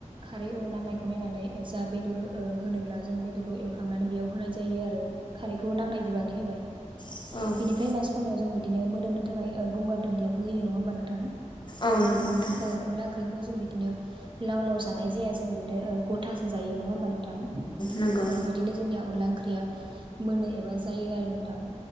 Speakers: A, on the right; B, on the left.
A: खारै उनु नांनायखौ नायनानै जा बेदर ओ होनोब्ला जों बेदरखौ एवफ्रामनानै बेयाव होनाय जायो आरो खारैखौ नांनाय बिबांनि होबाय
B: औ औ
A: बिनिफ्राय लास्ट समायाव जों बिदिनो मोदोमनो थाखाय गंगार दुन्दियाखौ होयो नङा होनोमबा नोंथां
B: औ नंगौ नोंथां
A: औ अनला ओंख्रिखौथ' जों बिदिनो लाव लाव जानाय जाया जों बिदिनो ग'थासो जायो नङा होमबा नों थां
B: नंगौ
A: औ बिदिनो जोंनिया अनला ओंख्रिया मोनो एबा जायो आरो नोंथां